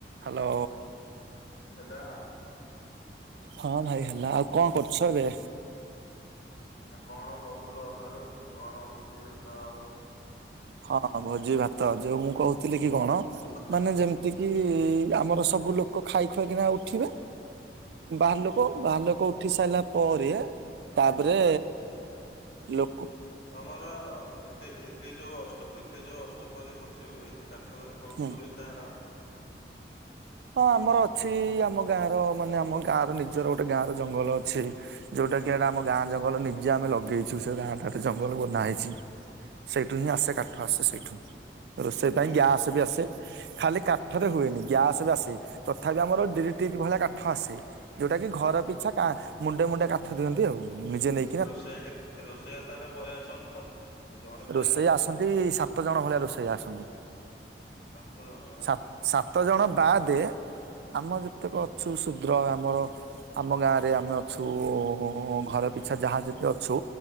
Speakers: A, on the right; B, on the left.
A: ହାଲୋ।
B: ହେଲା।
A: ହଁ ଭାଇ ହେଲା, ଆଉ କଣ କରୁଛ ଏବେ?
B: ଆଉ କଣ କହୁଥିଲ ଅଧାରୁ କଣ ଭୋଜି ଭାତ ଆଉ?
A: ହଁ ଭୋଜି ଭାତ ଯୋଉ ମୁଁ କହୁଥିଲି କି କଣ
B: <unintelligible>
A: ମାନେ ଯେମିତି କିି ଆମର ସବୁ ଲୋକ ଖାଇ ଖୁଆ କିନା ଉଠିବେ ବାହାର ଲୋ ଲୋକ ବାହାର ଲୋକ ଉଠି ସାରିଲା ପରେ ତାପରେ ଲୋ
B: ତମର ଏତେ ଏତେ ଯୋଉ ଅଷ୍ଟ ଏ ଏତେ ଯୋଉ ଅଷ୍ଟପହରି ଭୋଜିହୁଏ କାଠଉରା କୋଉଠୁ
A: ହୁଁ
B: ସବୁ ଏତେ ଆଣ?
A: ହଁ ଆମର ଅଛି ଆମ ଗାଁ ର ମାନେ ଆମ ଗାଁର ନି ନିଜର ଗୋଟେ ଗାଁ ର ଜଙ୍ଗଲ ଅଛି, ଯୋଉଟା କିଟା ଆମ ଗାଁ ଜଙ୍ଗଲ ନିଜେ ଆମେ ଲଗେଇଛୁ ସେ ଗାଁ କାଠ ଜଙ୍ଗଲରୁ ବନା ହେଇଛି। ସେଇଠୁ
B: ହୁଁ
A: ହିଁ ଆସେ କାଠ ଆସେ ସେଇଠୁ ରୋଷେଇ ପାଇଁ ଗ୍ୟାସ
B: ଓହୋ
A: ବି ଆସେ। ଖାଲି କାଠରେ ହୁଏନି ଗ୍ୟାସ ବି ଆସେ ତଥାପି ଆମର ଡିରେଟିପ୍ ଭଳିଆ କାଠ ଆସେ। ଯୋଉଟା କି ଘର ପିଛା କା ମୁଣ୍ଡେ ମୁଣ୍ଡେ କାଠ ଦିଅନ୍ତି ଆଉ। ନିଜେ ନେଇ
B: ରୋଷେଇଆ କେତେ ରୋଷେଇଆ ତାହେଲେ ବହେ ଆସନ୍ତି ତ? ଜଣେ
A: ରୋଷେଇ
B: ପାରିବନି
A: ଆସନ୍ତି ସାତ ଜଣ ଭଳିଆ ରୋଷେଇଆ ଆସନ୍ତି।
B: ସାତ ଜଣ ନା
A: ସା ସାତ ଜଣ ବା ଦେ ଆମ ଯେତେକ ଅଛୁ ଶୁଦ୍ର ଆମର ଆମ ଗାଁରେ ଆମେ ଅଛୁ ଉଁ ଘର
B: ହୁଁ
A: ପିଛା ଯାହା ଯେତେ ଅଛୁ